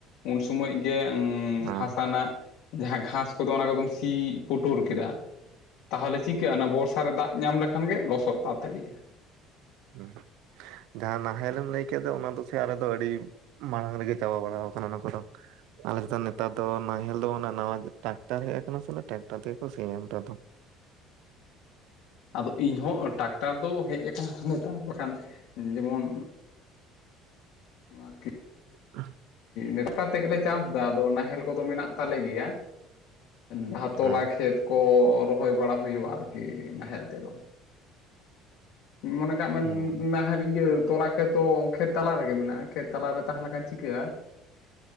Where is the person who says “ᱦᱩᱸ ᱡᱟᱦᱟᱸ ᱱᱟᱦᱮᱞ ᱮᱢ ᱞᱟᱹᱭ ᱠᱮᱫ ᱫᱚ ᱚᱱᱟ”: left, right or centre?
Right